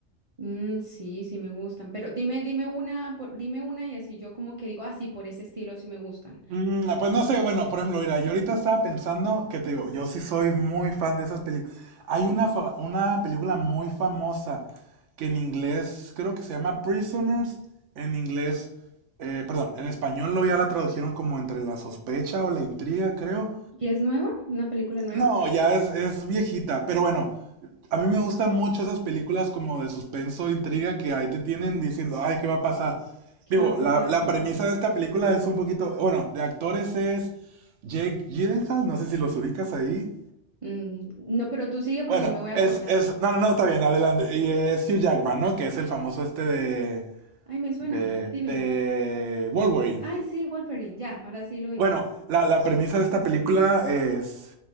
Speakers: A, on the right (about 35°); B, on the right (about 75°).
A: Mm, sí, sí me gustan. Pero dime, dime una, por- dime una y así yo como que digo, ah, sí, por ese estilo sí me gustan.
B: Mm, pues no sé, bueno, por ejemplo, mira, yo ahorita estaba pensando que te digo, yo sí soy muy fan de esas películas. Hay una, fa- una película muy famosa que en inglés creo que se llama Prisoners, en inglés, eh, perdón, en español lo ya la tradujeron como entre la sospecha o la intriga, creo.
A: ¿Y es nueva? ¿Una película nueva?
B: No, ya es, es viejita, pero bueno, a mí me gustan mucho esas películas como de suspenso, intriga, que ahí te tienen diciendo, ay, ¿qué va a pasar?
A: ¿Qué
B: Digo,
A: va a pasar?
B: la, la
A: ¿Qué va
B: premisa
A: a pasar?
B: de esta película es un poquito, bueno, de actores es Jake Gyllenhaal, no sé si los ubicas ahí.
A: Mm, no, pero tú sigue porque
B: Bueno,
A: yo me voy acordando.
B: es, es, no, no, no, está bien, adelante. Y es Hugh Jackman, ¿no? Que es el famoso este de,
A: Ay, me suena.
B: de,
A: Dime.
B: de Wolverine.
A: Ay, sí, Wolverine. Ya, ahora sí lo ubiqué.
B: Bueno, la, la premisa de esta película es,